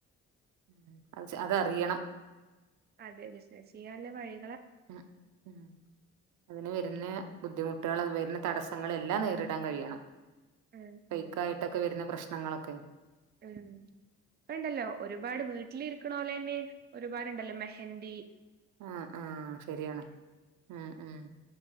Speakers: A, on the right; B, on the right.
A: ഉം അഅ് ശെ അതറിയണം.
B: അതെ ബിസിനസ് ചെയാൻ ലെ വഴി
A: ഉം ഉം അതിന് വര്ന്നെ ബുദ്ധിമുട്ടുകൾ വര്ന്നെ തടസ്സങ്ങള് എല്ലാം നേരിടാൻ കഴിയണം.
B: ഉം
A: ഫെയ്ക്കായിട്ടൊക്കെ
B: ഉം
A: വര്ന്ന പ്രശ് ഞങ്ങളൊക്കെ
B: ഉം അഅ് ണ്ടല്ലോ ഒരുപാട് വീട്ടിലിരിക്ക്ണോലെന്നെ ഒരുപാട്ണ്ടല്ലോ മെഹന്ദി
A: ആഹ് ആഹ് ശെരിയാണ് ഉം ഉം